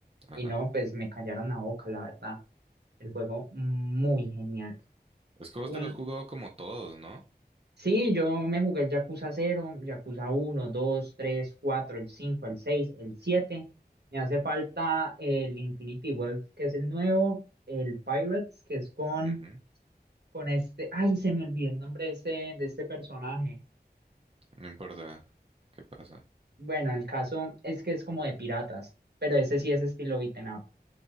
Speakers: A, on the right; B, on the right.
A: Ajá.
B: Y no, pues me callaron la boca, la verdad. El juego muy genial.
A: Es que vos
B: Un...
A: te los jugado como todos, ¿no?
B: Sí, yo me jugué el Yakuza cero Yakuza uno dos tres cuatro el cinco el seis el siete Me hace falta el Infinity Wolf, que es el nuevo, el Pirates, que es con
A: Ujú.
B: con este, ay, se me olvidó el nombre de este, de este personaje.
A: No importa qué pasa.
B: Bueno, el caso es que es como de piratas, pero ese sí es estilo beaten up,